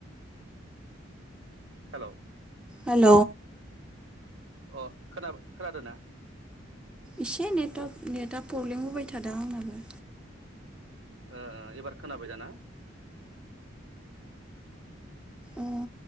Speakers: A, on the right; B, in the centre.
A: हेल
B: हेल
A: अ खोना खोनादो ना?
B: इसे नेटवारक नेटआ प्रब्लेम होबाय थादों आंनाबो।
A: ओ ओ एबार खोनाबाय दाना?
B: अ